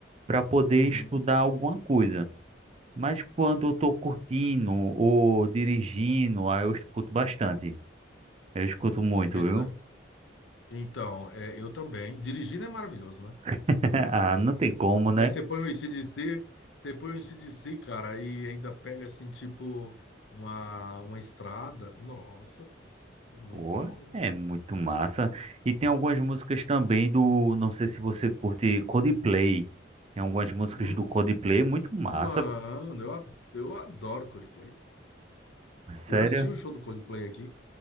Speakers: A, on the right; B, on the left.
A: para poder
B: Uhum.
A: estudar alguma coisa. Mas quando eu tô curtindo ou dirigindo, aí eu escuto bastante. Eu escuto muito,
B: Pois
A: viu?
B: é. Então, é, eu também. Dirigindo é maravilhoso, né?
A: <laughs> Ah, não tem como, né?
B: Aí você põe um ac você põe um ac cara, aí ainda pega assim, tipo, uma, uma estrada. Nossa, cara, é muito
A: Pô,
B: bom, né?
A: é muito massa. E tem algumas músicas também do, não sei se você curte Coldplay. Tem algumas músicas
B: Hum,
A: do Coldplay muito massa.
B: Mano, eu, a- eu adoro Coldplay. Eu
A: Sério?
B: assisti o show do Coldplay aqui,